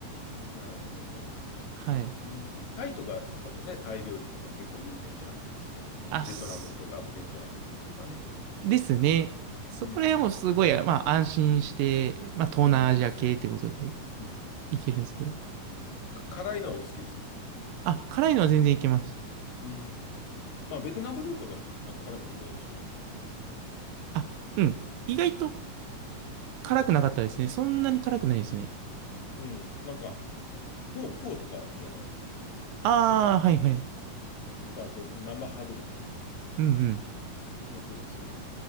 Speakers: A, on the left; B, on the right.
A: なるほどね。
B: はい。
A: うん。タイとかだとね、タイ料理とか結構有名じゃないですか。あのベトナムとか、
B: あ、す
A: ベトナム料理とかね。
B: ですね。そこら辺もすごい、
A: うん。
B: まあ安心して、まあ東南アジア系ってことで
A: あ、です。うん。うん。
B: いけるんですけど。
A: か辛いのはお好きですか
B: あ、辛いのは全然いけます。
A: うん。まあ、ベトナム料理とか辛くないですよね、おそらく。
B: あ、うん。意外と辛くなかったですね。そんなに辛くないですね。
A: うん。なんか、フォー、フォーとかじゃないですか。うんベトナム料理。
B: ああ、はいはい。
A: とか、あと、生春巻
B: うんうん。
A: きもそうですよね。